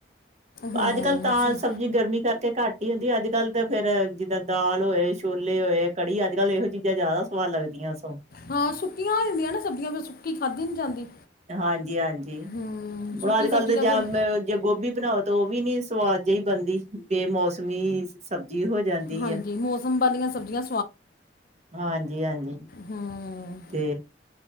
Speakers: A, on the left; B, on the right.
A: ਹਾਂ
B: ਅੱਜ ਕੱਲ ਤਾਂ
A: ਸ-
B: ਸਬਜ਼ੀ ਗਰਮੀ ਕਰਕੇ ਘੱਟ ਕੀ ਹੁੰਦੀ ਅੱਜ ਕੱਲ ਤਾਂ ਫੇਰ ਜਿੱਦਾਂ ਦਾਲ ਹੋਏ ਛੋਲੇ ਹੋਏ ਕੜੀ ਅੱਜ ਕੱਲ ਇਹੋ ਜਿ ਚੀਜ਼ਾਂ ਜ਼ਿਆਦਾ ਸਵਾਦ ਲੱਗਦੀਆਂ ਸ
A: ਹਾਂ ਸੁੱਕੀਆਂ ਹੋ ਜਾਂਦੀਆਂ ਨਾ ਸਬਜ਼ੀਆਂ ਫਿਰ ਸੁੱਕੀ ਖਾਧੀ ਨੀ ਜਾਂਦੀ
B: ਹਾਂਜੀ ਹਾਂਜੀ
A: ਹੂੰ
B: ਹੁਣ
A: ਸੁੱਕੀ
B: ਅੱਜ
A: ਸਬਜ਼ੀ
B: ਕੱਲ ਤੇ
A: ਨਾਲ
B: ਜ
A: ਫਿਰ
B: ਜੇ ਗੋਭੀ ਬਣਾਓ ਤਾਂ ਉਹ ਵੀ ਨੀ ਸਵਾਦ ਜਿਹੀ ਬਣਦੀ ਵੇ ਮੌਸਮੀ ਸਬਜ਼ੀ ਹੋ ਜਾਂਦੀ
A: ਹਾਂਜੀ
B: ਹੈ।
A: ਮੌਸਮ ਵਾਲੀਆਂ ਸਬਜ਼ੀਆਂ
B: ਹਾਂਜੀ -ਹਾਂਜੀ
A: ਹਮ
B: ਤੇ